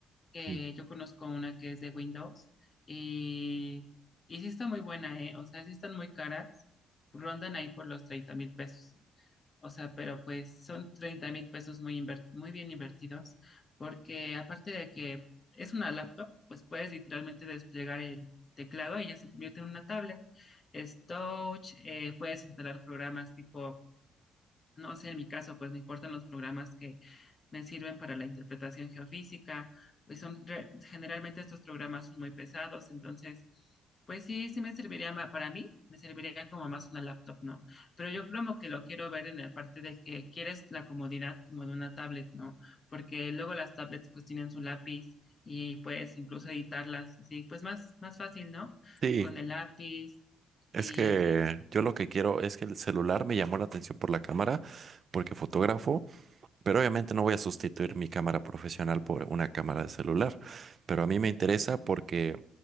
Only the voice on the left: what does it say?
que
yo conozco una que es de Windows y, y sí está muy buena, ¿eh? O sea, sí están muy caras, rondan ahí por los treinta mil pesos. O sea, pero pues son treinta mil pesos muy, inver- muy bien invertidos, porque aparte de que es una laptop, pues puedes literalmente desplegar el teclado y ya se convierte en una tablet. Es touch, eh, puedes instalar programas tipo, no sé, en mi caso, pues me importan los programas que me sirven para la interpretación geofísica, pues son re- generalmente estos programas son muy pesados, entonces, pues sí, sí me serviría ma- para mí, me serviría como más una laptop, ¿no? Pero yo como que lo quiero ver en la parte de que quieres la comodidad como de una tablet, ¿no? Porque luego las tablets pues tienen su lápiz y puedes incluso editarlas así, pues más, más fácil, ¿no?
Con el lápiz
y
así.
Ujú,